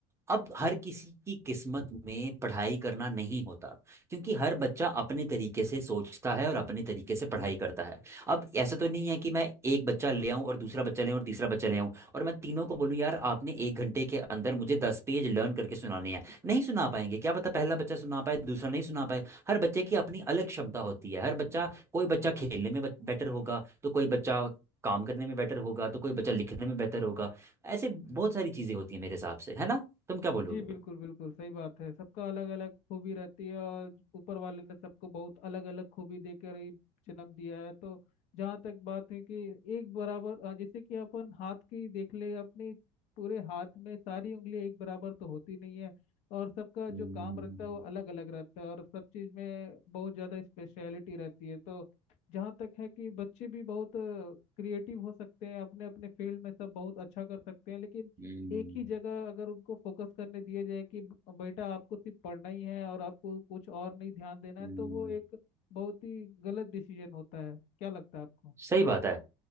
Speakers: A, on the right; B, on the left.
A: अब हर किसी की किस्मत में पढ़ाई करना नहीं होता क्योंकि हर बच्चा अपने तरीके से सोचता है और अपने तरीके से पढ़ाई करता है अब ऐसा तो नहीं है कि मैं एक बच्चा ले आऊं और दूसरा बच्चा ले आऊं और तीसरा बच्चा ले आऊं और मैं तीनों को बोलूं यार आपने एक घंटे के अंदर मुझे दस पेज लर्न करके सुनाने हैं नहीं सुना पाएंगे क्या पता पहला बच्चा सुना पाए दूसरा नहीं सुना पाए हर बच्चे की अपनी अलग क्षमता होती है हर बच्चा कोई बच्चा खेलने में बेटर होगा तो कोई बच्चा काम करने में बेटर होगा तो कोई बच्चा लिखने में बेहतर होगा ऐसे बहुत सारी चीजें होती हैं मेरे हिसाब से है ना तुम क्या बोलोगे
B: जी बिल्कुल बिल्कुल सही बात है सबका अलग अलग खूबी रहती है और ऊपर वाले ने सबको बहुत अलग अलग खूबी देकर ही जन्म दिया है तो जहाँ तक बात है कि एक बराबर अ, जैसे कि अपन हाथ की देख ले अपने पूरे हाथ में सारी उंगलियां एक बराबर तो होती नहीं है और सबका जो
A: हम्म
B: काम रहता है वो अलग अलग रहता है और सब चीज़ में बहुत ज़्यादा स्पेशलिटी रहती है तो जहाँ तक है कि बच्चे भी बहुत क्रिएटिव हो सकते हैं अपने अपने फील्ड में सब बहुत अच्छा कर सकते हैं लेकिन
A: हम्म
B: एक ही जगह अगर उनको फोकस करने दिया जाए कि ब- बेटा आपको सिर्फ पढ़ना ही है और आपको कुछ और नहीं ध्यान देना है
A: हम्म,
B: तो वो एक बहुत ही गलत डिसीजन होता है क्या लगता है आपको
A: सही बात है